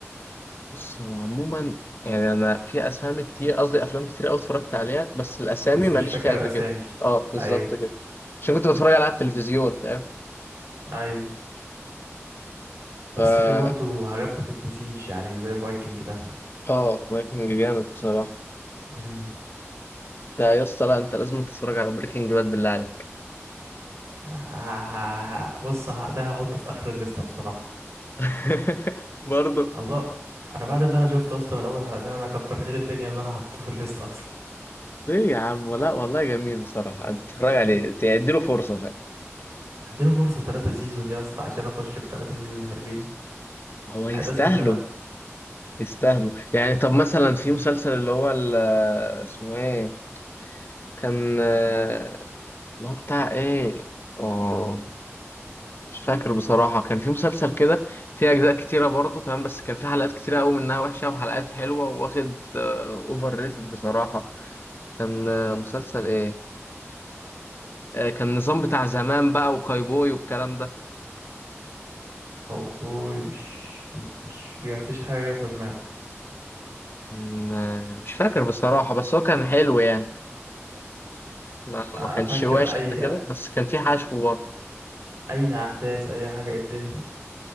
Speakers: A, on the left; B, on the right.
A: بص هو عموما يعني انا في اسامي كتير قصدي افلام كتير قوي اتفرجت عليها بس الاسامي
B: بس
A: ماليش
B: مش فاكر
A: فيها قد
B: اسامي
A: كده اه بالظبط
B: ايوه
A: كده عشان كنت بتفرج عليها على التلفزيون فاهم
B: ايوه بس
A: فا
B: في برضو حاجات ما تتنسيش يعني زي فايكنج ده
A: اه بريكنج جامد بصراحه
B: امم
A: انت يا اسطى لا انت لازم تتفرج على بريكنج باد بالله عليك
B: ه- ه- ه- بص ه- ده هحطه في اخر الليسته بصراحه
A: <laughs> برضه
B: الله انا بعد اللي انا شفته اصلا من اول حلقتين انا كتر خير الدنيا ان انا حطيته في الليسته اصلا
A: ليه يا عم لا والله جميل بصراحه انت تتفرج عليه
B: مم.
A: تديله فرصه فاهم
B: اديله فرصه ثلاثة سيزون يا اسطى عشان اخش في ثلاثة سيزون حلوين
A: هو يستاهله
B: يعني ده اسمه كلام
A: يستاهلوا يعني طب مثلا في مسلسل اللي هو ال- اسمه ايه كان آه، اللي هو بتاع ايه اه مش فاكر بصراحة كان في مسلسل كده فيه أجزاء كتيرة برضه تمام بس كان في حلقات كتيرة أوي منها وحشة وحلقات حلوة وواخد أوفر ريتد بصراحة كان آه، مسلسل ايه آه، كان نظام بتاع زمان بقى وكايبوي والكلام ده
B: او بوي مش مش يعني مفيش حاجه في دماغي
A: كان آه، مش فاكر بصراحة بس هو كان حلو يعني ما
B: افكر
A: ما كانش واش
B: اي
A: قد كده بس كان في حشو برضه
B: اي احداث اي حاجه إيه الدنيا